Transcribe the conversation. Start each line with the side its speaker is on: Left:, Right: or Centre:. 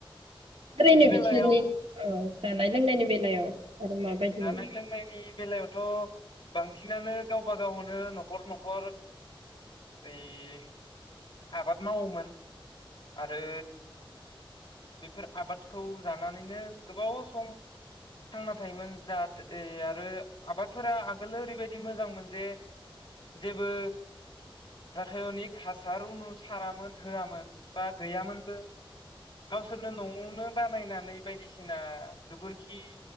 Right: ओारैनो
Left: बेलायाव
Right: बिसोरनि औ जानाय लोंनायनि बेलायाव आरो माबायदिमोन
Left: जानाय लोंनायनि बेलायाव थ' बांसिनानो गावबा गावनो न'खर न'खर यै आबाद मावोमोन आरो बेफोर आबादखौ जानानैनो गोबाव सम थांना थायोमोन। जाहाथे आरो आबादफोरा आगोलो ओरैबायदि मोजांमोन जे जेबो राखायनिक हासारुनु सारामोन होआमोन बा गैयामोनबो गावसोरनो न'आवनो बानायनानै बायदिसिना गोबोरखि